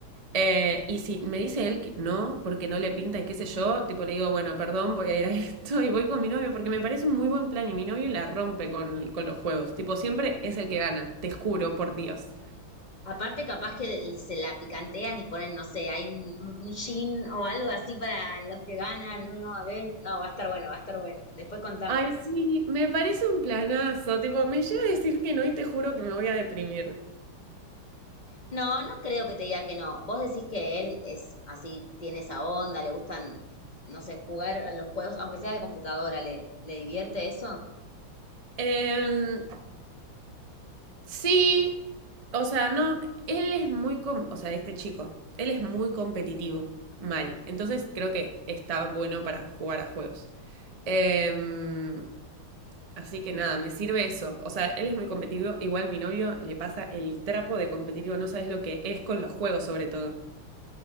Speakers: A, on the right; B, on the left.
A: Eh, y si me dice él que no, porque no le pinta y qué sé yo, tipo le digo, bueno, perdón, voy a ir a <laughs> esto y voy con mi novio, porque me parece un muy buen plan y mi novio la rompe con, con los juegos, tipo, siempre es el que gana, te juro, por Dios.
B: Aparte, capaz que se la picantean y ponen, no sé, hay un, un gin o algo así para los que ganan. No, no, debe- no, va a estar bueno, va a estar bueno. Después contame.
A: Ay, sí, me parece un planazo, tipo, me llega a decir que no y te juro que me voy a deprimir.
B: No, no creo que te diga que no. Vos decís que él es así, tiene esa onda, le gustan, no sé, jugar a los juegos, aunque sea de computadora, ¿le, le divierte eso?
A: Em, sí, o sea, no, él es muy, com- o sea, este chico, él es muy competitivo, mal. Entonces creo que está bueno para jugar a juegos. Em, así que nada, me sirve eso. O sea, él es muy competitivo, igual mi novio le pasa el trapo de competitivo, no sabes lo que es con los juegos sobre todo.